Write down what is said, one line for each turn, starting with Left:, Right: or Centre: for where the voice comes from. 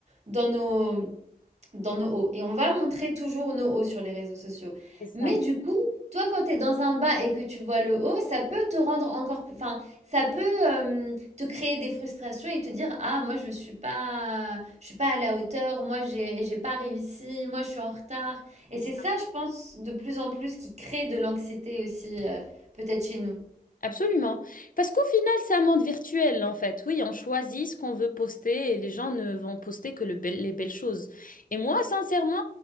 Right: dans nos, dans nos hauts. Et on va montrer toujours nos hauts sur les réseaux sociaux.
Left: c'est ça.
Right: Mais du coup, toi, quand tu es dans un bas et que tu vois le haut, ça peut te rendre encore plus... Enfin, ça peut euh, te créer des frustrations et te dire, ah, moi, je suis pas, je suis pas à la hauteur, moi, j'ai, j'ai pas réussi, moi, je suis en retard. Et
Left: c'est
Right: c'est
Left: ça.
Right: ça, je pense, de plus en plus qui crée de l'anxiété aussi, euh, peut-être chez nous.
Left: Absolument. Parce qu'au final, c'est un monde virtuel, en fait. Oui, on choisit ce qu'on veut poster et les gens ne vont poster que le bel- les belles choses. Et moi, sincèrement,